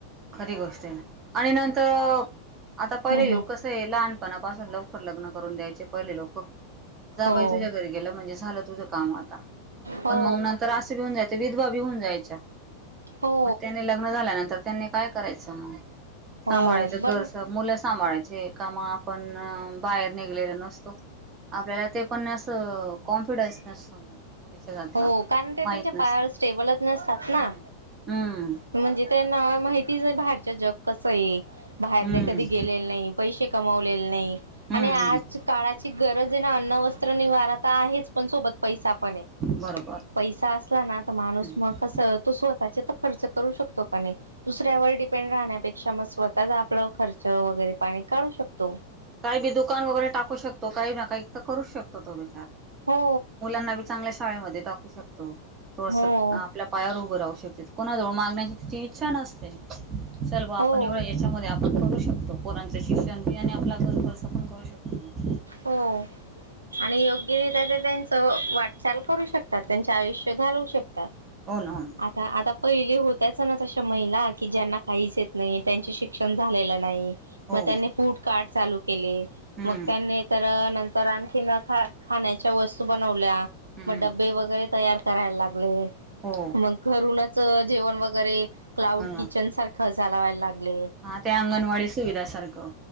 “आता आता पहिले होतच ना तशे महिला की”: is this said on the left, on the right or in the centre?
Right